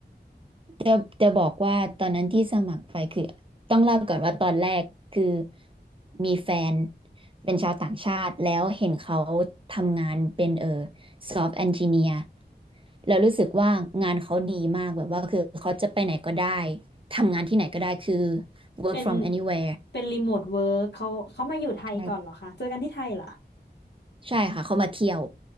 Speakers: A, on the right (about 30°); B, on the left (about 70°).
A: จะจะบอกว่าตอนนั้นที่สมัครไปคือต้องเล่าก่อนว่าตอนแรกคือมีแฟนเป็นชาวต่างชาติแล้วเห็นเขาทำงานเป็นเออซอฟต์แอนจิเนียร์แล้วรู้สึกว่างานเขาดีมากแบบว่าคือเขาจะไปไหนก็ได้ทำงานที่ไหนก็ได้คือ work
B: เป็น
A: from anywhere
B: เป็นรีโมทเวิร์กเขาเขามาอยู่ไทยก่อนเหรอคะเจอกันที่ไทยเหรอ
A: ใช่ใช่ค่ะเขามาเที่ยว